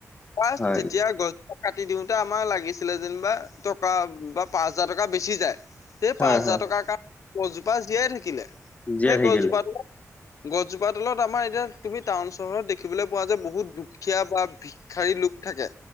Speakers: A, on the left; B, on the left.
A: পাই
B: হয়
A: তেতিয়া গছ কাটি দিওঁতে আমাৰ লাগিছিলে যেনিবা টকা বা পাঁচ হাজাৰ টকা বেছি যায়। সেই
B: হয়
A: পাঁচ হাজাৰ
B: হয়
A: টকাৰ কাৰণে গছজোপা জীয়াই থাকিলে।
B: জীয়াই
A: সেই
B: থাকিলে
A: গছজোপাটো গছজোপা তলত আমাৰ এতিয়া তুমি টাউন চহৰত দেখিবলৈ পোৱা যে বহুত দুখীয়া বা ভিক্ষাৰী লোক থাকে